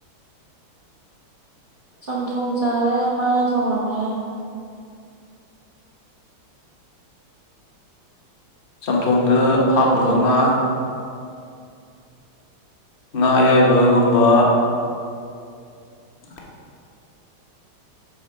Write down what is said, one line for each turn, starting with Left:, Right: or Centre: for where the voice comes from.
Right: ꯆꯝꯊꯣꯡ ꯆꯔꯦ ꯃꯥꯅ ꯊꯣꯉꯝꯃꯦ
Left: ꯁꯊꯣ ꯇꯨꯡꯗ
Right: ꯅꯣꯏꯗꯤ
Left: ꯍꯥꯞꯅ ꯃꯉꯥ ꯉꯥ ꯑꯌꯥꯏꯕꯒꯨꯝꯕ <inaudible>